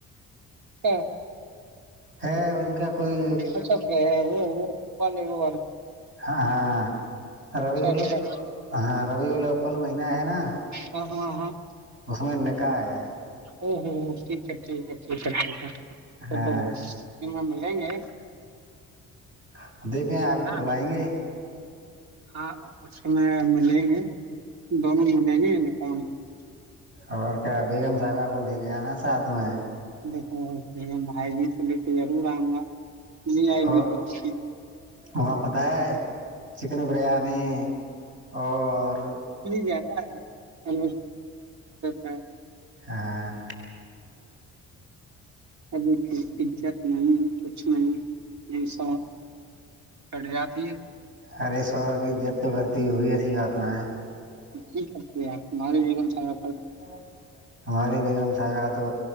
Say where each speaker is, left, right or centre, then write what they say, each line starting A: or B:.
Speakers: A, on the right; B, on the right.
A: ہاں
B: ہ ان کا کوئی
A: اچھا وہ وہ والے وہ وال
B: ہاں ہاں
A: اچھا
B: رویلا
A: اچھا
B: ہاں رویلا ابل مہینہ ہے نا
A: ہاں ہاں ہاں
B: اس میں ن کاائے
A: او ہو ٹیک ہے ٹھیک ہے ٹھیک ہے ٹھیک ہے
B: ہاں
A: تو دیں گے
B: ہاں دیکھیں آپ
A: نا
B: کو بلائیں گے
A: ہاں اس میں ملیں گے دونوں ملیں گے نپؤں میں <unintelligible>
B: اور کیا بیگم صاحبہ کو لے کے آنا ہے ساتھ میں
A: جپم بھائی جت <unintelligible> س <unintelligible> آ گ نہیں آئے
B: اور
A: گی تو س
B: وہاں پتہ ہے چکن بریانی اور
A: جیاا <unintelligible> اھ ہ
B: ہاں <unintelligible>
A: دیک عزت نہیں کچھ نہیں <unintelligible> ج س کٹ جات ہے
B: ارے سور کی عزت تو بورتی وہی ایسی آاتنا ہے <unintelligible>
A: ج سکتی آپ تمہارے بیگم سا <unintelligible>
B: ال <unintelligible> ہماری بیگم صاحبہ تو